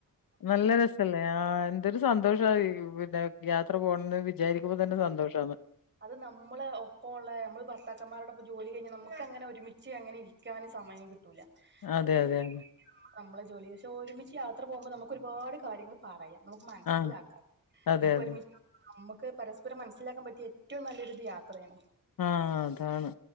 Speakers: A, on the left; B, on the right.
A: നല്ല രസല്ലേ ആഹ് എന്തൊരു സന്തോഷ <unintelligible> യാത്ര പോകണെന്ന് വിചാരിക്കുമ്പം തന്നെ സന്തോഷമാണ്
B: അത് നമ്മള് ഒപ്പ ഒള്ള നമ്മള് ഭർത്താക്കന്മാരോടൊപ്പം ജോലി കഴിഞ്ഞാൽ നമ്മുക്ക് അങ്ങനെ ഒരുമിച്ച് അങ്ങനെ ഇരിക്ക ഇരിക്കാന് സമയം കിട്ടൂല അവിടെയും
A: അതെ അതെ
B: <unintelligible>
A: അതെ
B: പക്ഷേ ഒരുമിച്ച് യാത്ര പോകുമ്പോൾ നമ്മുക്ക് ഒരുപാട് കാര്യങ്ങള് പറയാം നമ്മുക്ക് മനസിലാക്കാം
A: ആ. അതെ
B: നമ്മുക്ക്
A: അതെ.
B: ഒരുമിച്ച് <unintelligible> നമ്മുക്ക് പരസ്പ പരസ്പരം മനസിലാക്കാൻ പറ്റിയ ഏറ്റവും നല്ലൊരു ഇത് യാത്രയാണ്
A: ആഹ് ആഹ് അതാണ്